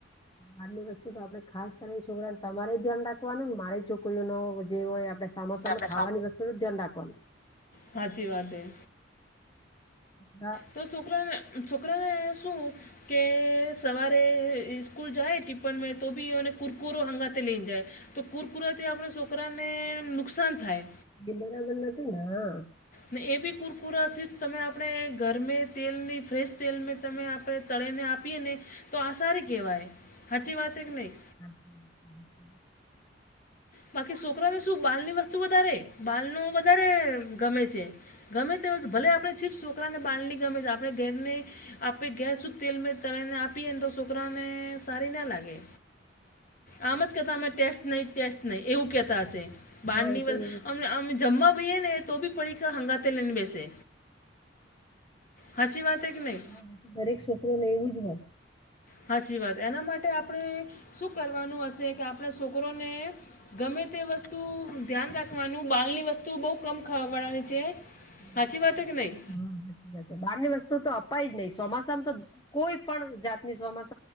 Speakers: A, on the left (about 20°); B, on the left (about 45°).
A: બારની વસ્તુ તો આપડે ખાસ કરીને છોકરાને તમારે ધ્યાન રાખવાનું ને મારી છોકરીઓ ન જે હોય આપડે. સા સામે
B: આપણે
A: ખાવાની વસ્તુ ધ્યાન રાખવાનું.
B: સાાચી વાત એ.
A: હ.
B: તો છોકરાને છોકરાને શું. કે સવારે સ્કૂલ જાય ટિપ્પણમાં તો બીઓને કુરકુરો હંગાતે લઈને જાય. તો કુરકુરાથી આપણા છોકરાને નુકસાન થાય.
A: એ બરાબર નથી તેના.
B: ને એ બી કુરકુરાસી તમે આપણે ગરમે તેલની ફ્રેશ તેલ તમે. આપણે તળેને આપીએ ને તો આ સારી કહેવાય સાચી વાત કે નહીં.
A: હચ્છા.
B: બાકી છોકરાને શું બાલ ની વસ્તુ વધારે બાલ ન વધારે ગમે છે. ગમે તે ભલે આપણે ચીપ્સ છોકરાને બાંધની ગમે આપણે ઘરને. આપે ગેસ જ તેલમાં તળને આપીએ ને તો છોકરાઓને સારી ના લાગે. આમ જ કેતા અમે ટેસ્ટ નહી ટેસ્ટ નહી એવું કેતા હશે બારની.
A: હા એ તો એવું
B: અ જમવા બેૈએ ને તો બી પડી હંગાતે લઈને બેસે. સાચી વાત હે કે નહીં
A: હા એ તો દરેક છોકરોને એવું જ હોય.
B: સાચી વાત એના માટે આપણે શું કરવાનું હશે કે આપણા છોકરોને. ગમે તે વસ્તુ ધ્યાન રાખવાનું બાલની વસ્તુ બહુ કમ ખાવા વાળાની છે.
A: હમ.
B: સાચી વાત કે નહીં
A: બારની વસ્તુ તો અપાઈ જ નહીિ ચોમાસામ તો કોઈ પણ જાતની ચોમાસા.